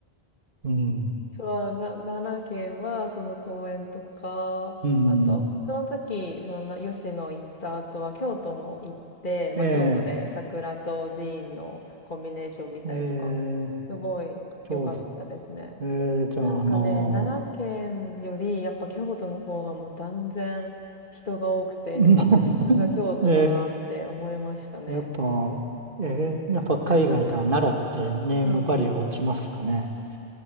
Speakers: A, on the right; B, on the left.
A: うん。
B: そう、な、奈良県は、その公園とか、
A: うん。
B: あと、その時、そのな吉野行った後は、京都も行って、
A: え
B: まあ、京都で桜と寺院のコンビネーション見たりとか、
A: え、ええ、
B: すごい良かったですね。
A: そう、ええ、じゃあ、
B: なんかね、
A: あの、
B: 奈良県より、やっぱ京都の方がもう断然人が多くて、
A: <laughs>
B: まあ、さすが京都だなって思いましたね。
A: ええやっぱ、えーやっぱ海外では奈良ってネームバリュー落ちますかね。
B: うんうん。